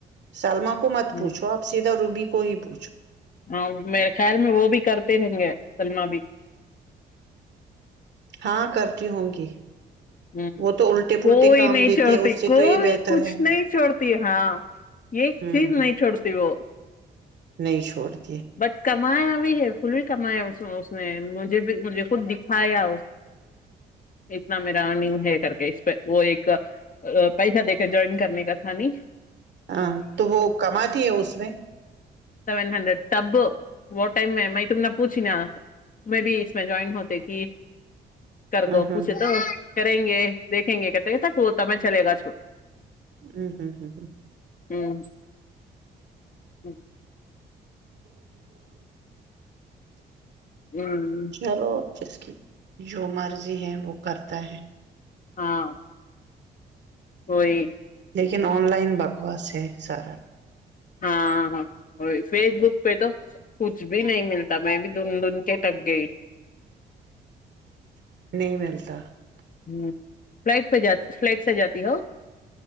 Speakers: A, on the right; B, on the left.
A: سلما کو مت پوچھو
B: ہ
A: آپ سیدھا روبی کو ہی پوچھ
B: ہاں میرے خیال میں وہ بھی کرتے رہیں گے سلمہ بھی
A: ہاں کرتی ہوں گی
B: ہ
A: وہ تو الٹے پلٹے
B: کوئی
A: کام
B: نہیں
A: دیتی
B: چھوڑتی
A: ہے اس سے
B: کوئی
A: تو یہ بہتر
B: کچھ
A: ہے
B: نہیں چھوڑتی ہاں ایک
A: ہوں
B: چیز نہیں چھوڑتی وہ
A: نہیں چھوڑ د <unintelligible>
B: بس کمایا بھی ہے کل کمایا اس نے مجھے بھی مجھے خود دکھایا اتنا میرا ارننگ ہے کر کے اس پہ وہ ایک پیسہ دے کے جوائن کرنے کا تھا ن
A: ہاں تو وہ کماتی ہے اس میں
B: سیون ہنڈریڈ تب وہ ٹائم میں میں تم نے پوچھی نا میں بھی اس میں جوائن ہوتے کی کر
A: ہ
B: کو
A: ہ
B: پوچھے تو کریں گے دیکھیں گے کتے تک وہتا میں چلے گا اس کو
A: ہ ہوں ہوں ہ
B: ہوں ہ <unintelligible>
A: <inaudible>
B: ہ
A: چلو اب جس کی <inaudible> جو مرضی ہے وہ کرتا ہے
B: ہاں کوئی
A: لیکن آن لائن بکواس ہے سارا
B: ہاں ہاں وہی فیس بک پہ تو کچھ بھی نہیں ملتا میں بھی دن دھن کے ٹک گئی
A: نہیں ملتا <unintelligible>
B: ہ فلائٹ پہ جات فلائٹ سے جاتی ہو